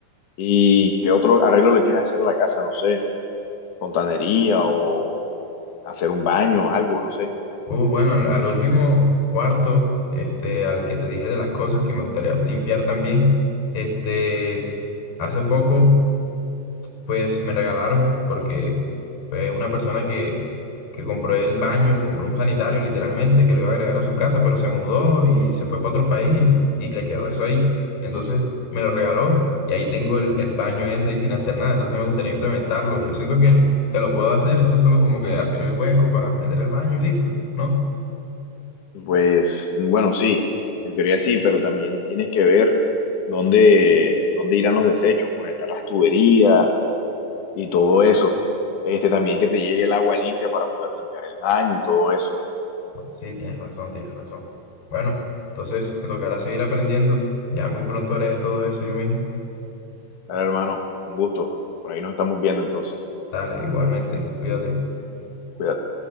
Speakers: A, on the left; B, on the left.
A: ¿Y qué otro arreglo le quieres hacer a la casa? No sé, fontanería o hacer un baño, algo, no sé.
B: Uh, bueno, al al último cuarto, este, al que te dije de las cosas que me gustaría limpiar también, este, hace poco, pues me regalaron, porque pues, una persona que, que compró el baño, compró un sanitario literalmente, que lo iba a agregar a su casa, pero se mudó y se fue para otro país y, y le quedó eso ahí. Entonces me lo regaló y ahí tengo el, el baño ese ahí sin hacer nada, entonces me gustaría implementarlo. Yo siento que, que lo puedo hacer, eso es solo como que hacer el hueco para meter el baño y listo, ¿no?
A: Pues bueno, sí, en teoría sí, pero también tienes que ver dónde, dónde irán los desechos, conectar las tuberías y todo eso. Este, también que te llegue el agua limpia para poder limpiar el baño y todo eso.
B: Bueno, sí, tienes razón, tienes razón. Bueno, entonces me tocará seguir aprendiendo. Ya muy pronto haré todo eso yo mismo.
A: Dale, hermano, un gusto. Por ahí nos estamos viendo entonces.
B: Dale, igualmente, cuídate.
A: Cuídate.